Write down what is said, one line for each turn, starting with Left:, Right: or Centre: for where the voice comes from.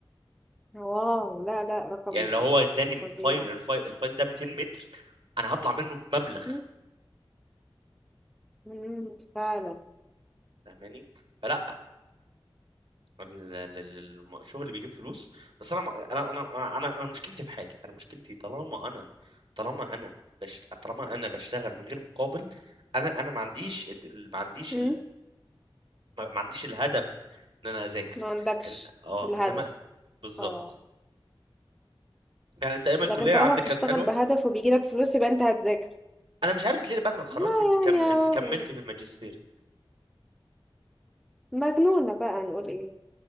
Centre: واو! لا، لا، رقم
Right: يعني لو هو اداني
Centre: فظيع.
Right: فايل الفايل, الفايل ده 200 متر انا هطلع منه بمبلغ
Centre: إمم. إمم، فعلًا.
Right: فاهماني فلا ال- ال- ال- الم- الشغل اللي بيجيب فلوس بس انا انا انا انا انا أنا مشكلتي في حاجه انا مشكلتي طالما انا طالما انا بشت... طالما انا بشتغل من غير مقابل انا انا ما عنديش الت- ال- ما عنديش
Centre: إمم.
Right: ال... ما ما عنديش الهدف ان انا اذاكر
Centre: ما عندكش
Right: إن... اه
Centre: الهدف.
Right: انما بالظبط
Centre: آه.
Right: يعني انت ايام الكليه
Centre: لكن طالما
Right: عندك
Centre: بتشتغل
Right: كانت حلوه
Centre: بهدف وبيجيلك فلوس يبقى انت هتذاكر
Right: انا مش عارف ليه بعد ما اتخرجت
Centre: لا
Right: انت كم...
Centre: يعني
Right: انت كملتي في الماجستير
Centre: مجنونة بقى نقول ايه